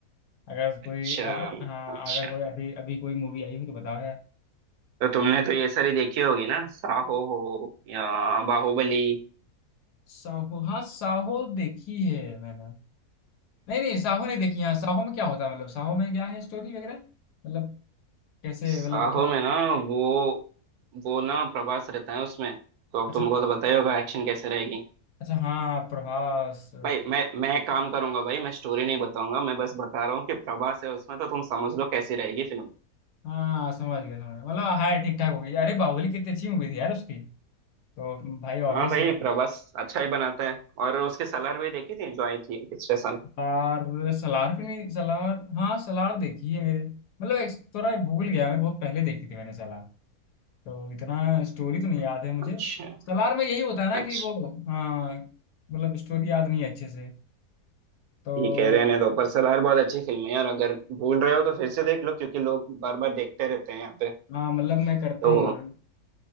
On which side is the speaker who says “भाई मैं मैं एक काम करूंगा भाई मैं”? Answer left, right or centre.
Right